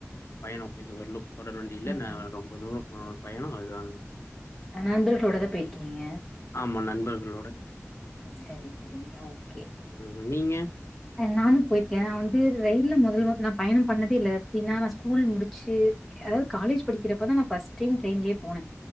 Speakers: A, on the left; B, in the centre.
A: பயணோ இது வரலும் தொடர் வண்டில
B: ம்,
A: நா
B: ம்.
A: ரொம் ரொம்ப தூர போன பயணோ அதுதாங்க
B: அ நண்பர்களோட தா பெய்கீங்க
A: ஆமா நண்பர்களோட
B: அ சரி சேரி அ ஓகே
A: ம் நீங்க
B: நானு போயிருக்க நா வந்து ரயில்ல மெதல் முத நா பயண பண்ணதே இல்ல எப்டின்னா நா ஸ்கூல் முடிச்சு அதாவது காலேஜ் படிக்கிறப்பதா ஃபஸ்ட்டே டைம் ட்ரெயின்லே போன